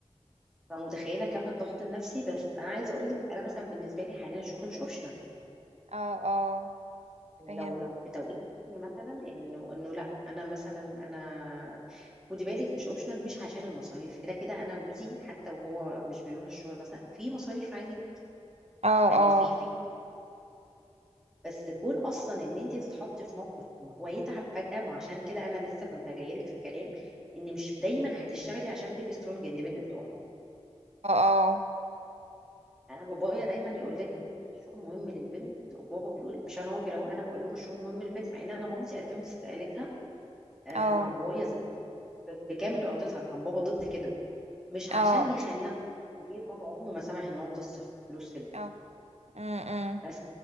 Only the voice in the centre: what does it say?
فمتخيله كم الضغط النفسي بس انا عايزه اقول لك انا مثلا بالنسبه لي حاليا الشغل مش اوبشنال
لو
لو في توقيت مثلا انه انه لا انا مثلا انا خدي بالك مش اوبشنال مش عشان المصاريف كده كده انا جوزي حتى وهو مش بيروح الشغل مثلا في مصاريف عادي جدا
يعني
في في بس كون اصلا ان انت تتحطي في موقف ان هو يتعب فجأة ما عشان كده انا لسه كنت جايلك في الكلام ان مش دايما هتشتغلي عشان تبقي سترونج اندبندنت وومن
انا بابايا دايما يقول لنا ايه الشغل مهم للبنت وبابا بيقول مش انا راجل اهو انا بقول لكم الشغل مهم للبنت مع ان انا مامتي قدمت استقالتها آه،
مع بابايا زمان ب- بكامل ارادتها كان بابا ضد كده مش عشان
بيخليها تصرف في البيت بابا عمره ما سمح ان هو تصرف فلوس في البيت
بس